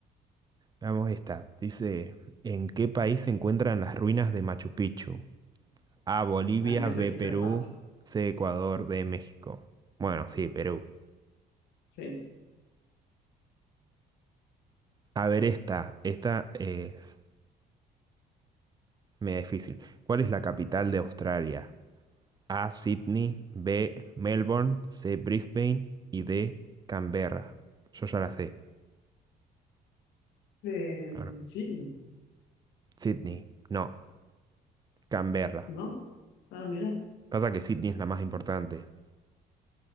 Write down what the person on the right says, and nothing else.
Vamos esta. Dice, ¿en qué país se encuentran las ruinas de Machu Picchu? A, Bolivia,
B, Perú,
C, Ecuador, D, México. Bueno, sí, Perú.
A ver esta. Esta es media difícil. ¿Cuál es la capital de Australia? A, Sydney, B, Melbourne, C, Brisbane y D, Canberra. Yo ya la sé.
Ahora,
Sydney. No, Canberra.
Pasa que Sydney es la más importante.